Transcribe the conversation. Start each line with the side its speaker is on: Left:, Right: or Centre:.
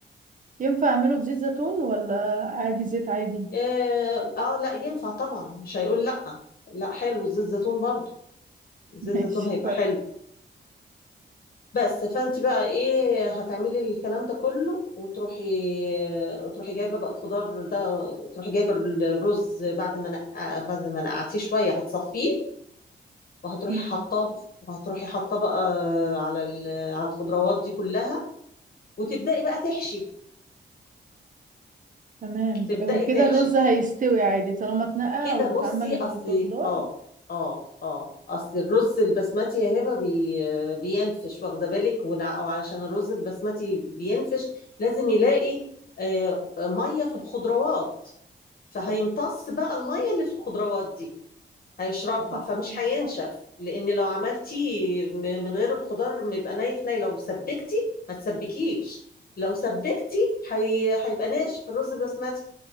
Right: ينفع اعمله بزيت زيتون ولا عادي زيت عادي
Left: اه, اه لا ينفع طبعا مش هيقول لا لا حلو زيت زيتون برضه زيت
Right: <laughs> ماشي
Left: زيتون هيبقى حلو بس فانت بقى ايه هتعملي الكلام ده كله وتروحي وتروحي جايبه بقى الخضار ده تروحي جايبه الرز بعد ما نق- بعد ما نقعتيه شويه هتصفيه وهتروحي
Right: كويس
Left: حطاه وهتروحي حطاه بقى على ال- على الخضروات دي كلها وتبداي بقى تحشي
Right: تمام
Left: وتبداي
Right: وكده
Left: تحشي
Right: الرز هيستوي عادي طالما اتنقع
Left: كده
Right: واتعمل
Left: بصي اصلي
Right: في خضار
Left: اه اه اه اصل الرز البسمتي يا هبه بي... بينفش واخده بالك ولا- وعلشان الرز البسمتي بينفش لازم يلاقي آه، ميه في الخضروات فهيمتص بقى الميه اللي في الخضروات دي هيشربها
Right: صح
Left: فمش
Right: عندك
Left: هينشف
Right: حق
Left: لان لو عملتيه م- من غير الخضار بيبقى نايف ناي لو سبكتي ما تسبكيش لو سبكتي هي... هيبقى ناشف الرز البسمتي